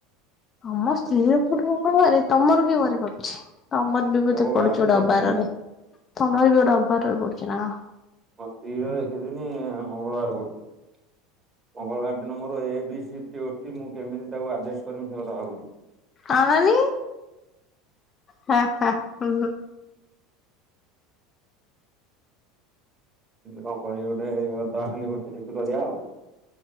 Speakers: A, on the left; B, on the right.
A: ଆମ ସ୍ତ୍ରୀ ର ଫୁଣି ମଙ୍ଗଳବାରେ ତମର କିଏ ଘରେ ପଡୁଛି? ତମର ବି ବୋଧେ
B: ମୋ
A: ପଡୁଛି
B: ବାର ମୁଁ
A: ଗୋଟେ ଅବାରରେ
B: ଦେଖିନି।
A: ତମର ବି ଗୋଟେ ଅବାରରେ ପଡୁଛି ନା କଣ?
B: ମୋ ସ୍ତ୍ରୀ ର ଏକ ଦିନି ମଙ୍ଗଳବାର ବାର ପ ମଙ୍ଗଳବାର ଦିନ ମୋର ଏ ବି ସିଫ୍ଟି ଓ ଟି ମୁଁ କେମିତି ତାକୁ ଆଡ଼ଜଷ୍ଟ କରିମି ସେ କଥା ଭାବୁଛି?
A: ଆନାନି ହାଁ ହାଁ।
B: <inaudible> କଣ କରିକି ଗୋଟେ ଇଏ କର୍ଦବା ଖାଲି ରୁଟି ଫିଷ୍ଟ କରିବା ଆଉ।